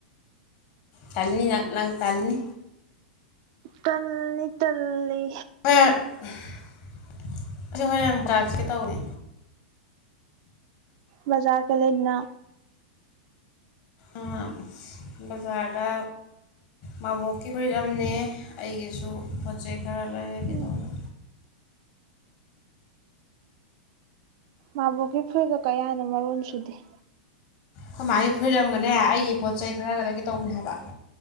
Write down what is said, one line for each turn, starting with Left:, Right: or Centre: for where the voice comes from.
Left: ꯇꯟꯅꯤ ꯅꯪ ꯅꯪ ꯇꯥꯜꯅꯤ
Right: ꯇꯜꯂꯤ ꯇꯜꯂꯤ
Left: <unintelligible> ꯁꯤ ꯍꯨꯔꯦꯟ ꯆꯠꯁꯤ ꯇꯧꯅꯦ
Right: ꯕꯥꯖꯥꯔ ꯆꯠꯂꯦꯗꯅ
Left: ꯑꯥ ꯕꯥꯖꯥꯔꯗ ꯃꯥꯕꯣꯛꯀꯤ ꯐꯨꯔꯤꯠ ꯑꯃꯅꯦ ꯑꯩꯒꯤꯁꯨ ꯄꯣꯠ ꯆꯩꯩ ꯈꯔ ꯂꯩ
Right: ꯎꯝ
Left: ꯀꯩꯗꯧꯕꯅꯦ
Right: ꯃꯥꯕꯣꯛꯒꯤ ꯐꯨꯔꯤꯠꯒ ꯀꯩ ꯍꯥꯏꯅꯣ ꯃꯔꯣꯟ ꯁꯨꯗꯦ
Left: ꯈꯣꯏꯃꯥꯒꯤ ꯐꯨꯔꯤꯠ ꯑꯃꯒꯅꯦ ꯑꯩꯒꯤ ꯄꯣꯠ ꯆꯩ ꯈꯔꯒ ꯂꯩꯔꯛꯀꯦ ꯇꯧꯅꯦ ꯍꯥꯏꯕ